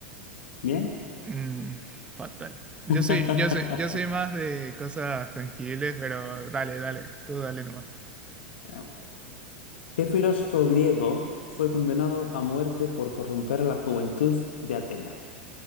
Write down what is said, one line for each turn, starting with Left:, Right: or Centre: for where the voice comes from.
Left: ¿Bien?
Right: Mm, fatal. Yo
Left: <laughs>
Right: soy, yo soy, yo soy más de cosas tangibles, pero dale, dale, tú dale nomás.
Left: Ah, ¿Qué filósofo griego fue condenado a muerte por corromper a la juventud de Atenas?